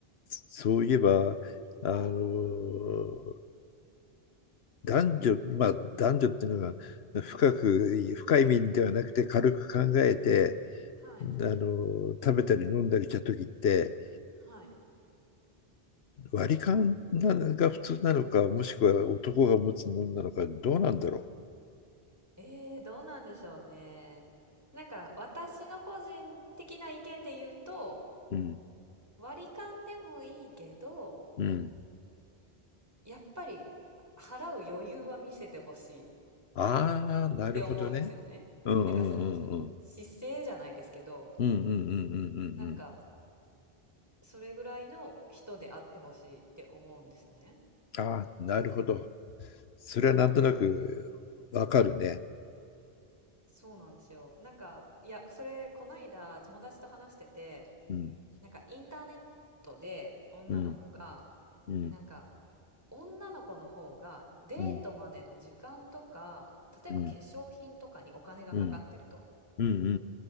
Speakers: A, on the left; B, on the right.
A: そういえば、あの、
B: はい。
A: 男女、まあ男女っていうのが深く、深い意味ではなくて軽く考えて、
B: うんうん。はい。はい。
A: あの、食べたり飲んだりした時って、
B: はい。
A: 割り勘なのが普通なのか、もしくは男が持つものなのか、どうなんだろ
B: はい。えー、どうなんでしょうね。なんか私の個人的な意見で言うと
A: う。うん、
B: 割り勘でもいいけど
A: うん。
B: やっぱり払う余裕は見せてほしいっ
A: ああ、なるほどね。
B: て思うんですよね。
A: うんうんうんうん。
B: なんかその姿勢じゃないですけど
A: うんうんうんうんう
B: なんか
A: ん
B: それぐらいの人であってほしいって思うんですね。
A: うん。ああ、なるほど。それはなんとなくわかるね。
B: うんうんうんうん。そうなんですよ。なんかいやそれこないだ友達と話してて
A: うん
B: なんかインターネットで女の子が
A: うんうん。
B: なんか女の子の方がデートまでの時間とか例えば化粧品とかにお金がかかってると。
A: うん、うん、うん、うん、うん、うん、う